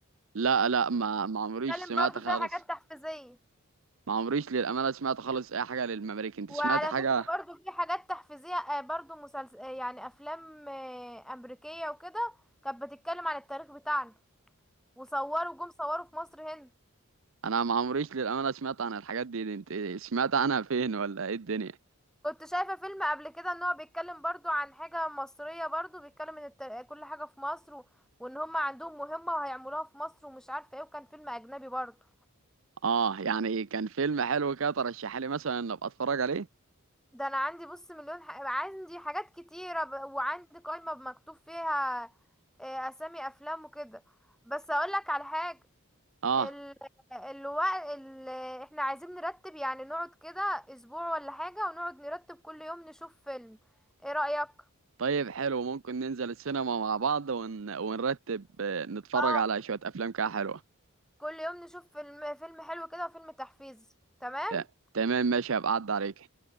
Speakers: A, on the right; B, in the centre.
A: لا لا ما ما عمريش
B: بتتكلم
A: سمعت
B: برضو
A: خالص
B: فيها حاجات تحفيزية
A: ما عمريش للامانه سمعت خالص اي حاجه للمماليك انت
B: وعلى
A: سمعت حاجه
B: فكرة برضو في حاجات تحفيزية آه، برضو مسلسل آه، يعني أفلام آه، أمريكية وكده كانت بتتكلم عن التاريخ بتاعنا وصوروا جم صوروا في مصر هنا
A: انا ما عمريش للامانه سمعت عن الحاجات دي, دي انت سمعت عنها فين ولا ايه الدنيا
B: كنت شايفة فيلم قبل كده ان هو بيتكلم برضو عن حاجة مصرية برضو بيتكلم ان التار- كل حاجة في مصر و... وان هم عندهم مهمة وهيعملوها في مصر ومش عارفة ايه وكان فيلم أجنبي برضو
A: اه يعني كان فيلم حلو كده ترشح لي مثلا ان ابقى اتفرج عليه
B: ده انا عندي بص مليون ح... عندي حاجات كتيرة ب... وعندي قائمة مكتوب فيها آه، اسامي افلام وكده بس اقولك على حاجة
A: اه
B: ال... الوقت ال... احنا عايزين نرتب يعني نقعد كده اسبوع ولا حاجة ونقعد نرتب كل يوم نشوف فيلم ايه رأيك
A: طيب حلو ممكن ننزل السينما مع بعض ون... ونرتب آه، نتفرج
B: اه
A: على شوية افلام كده حلوة
B: كل يوم نشوف فيلم فيلم حلو كده وفيلم تحفيزي تمام
A: ت... تمام ماشي هبقى اعدي عليك